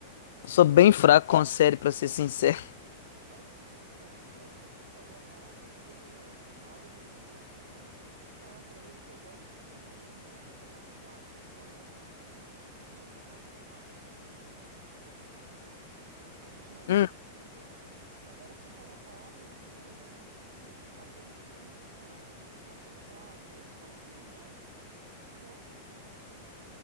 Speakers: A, on the left; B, on the right.
A: Sou bem
B: <laughs>
A: fraco com série, pra ser sincero.
B: Olha que interessante. Quando você falou a palavra violão, na hora eu me lembrei assim, pá, esqueci de falar pra ele que eu gosto de eh, tocar teclado, né? Eu agora não tenho, porque eu tocava no teclado de uma amiga minha que a gente dividia apartamento e a gente não mora
A: Hum,
B: mais juntas, né? Mas na hora que você falou a palavra violão, juro, eu tava pensando, cara, eu amo tocar teclado. E aí você falou violão. <laughs> Ai, curioso.